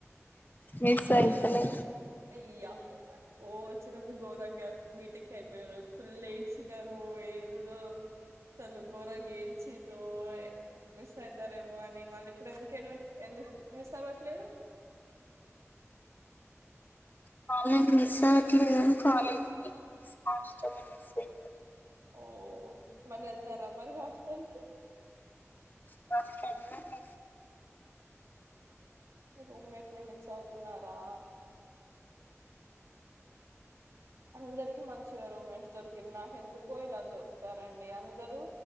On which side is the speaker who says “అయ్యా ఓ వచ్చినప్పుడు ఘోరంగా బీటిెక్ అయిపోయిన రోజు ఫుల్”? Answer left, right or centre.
Right